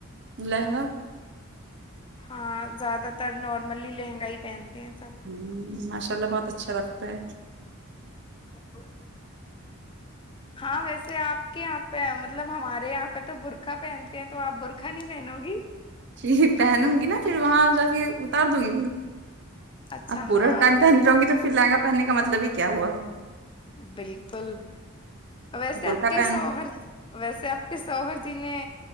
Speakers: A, on the right; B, on the left.
A: لہنگا
B: ہاں زیادہ تر نارملی لہنگائی پہنتے ہیں سب
A: ہ ماشاء اللہ بہت اچھا لگتا ہے
B: ب ہاں ویسے آپ کے یہاں پہ مطلب ہمارے یہاں پہ تو برخہ پہنتے ہیں تو آپ برقہ نہیں پہنو گی
A: ج پہنوں گی نا پھر وہاں جا کے اتار دوں گی
B: اچھا
A: آپ پورا
B: ہاں
A: ٹائم پہ نہیں رہوں گی تو پھر لہنگا پہننے کا مطلب ہی کیا ہوا
B: بالکل ویسے
A: برقع
B: آپ کے
A: پہن
B: سورد ویسے آپ کے سوہر جی نے